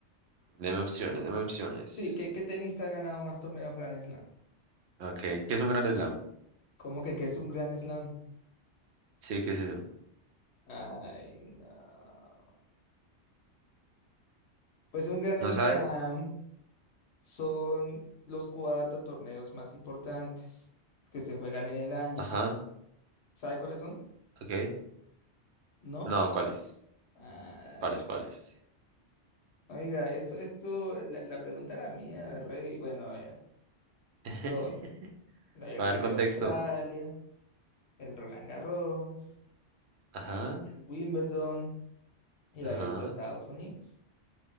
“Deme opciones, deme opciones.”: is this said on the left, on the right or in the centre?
Right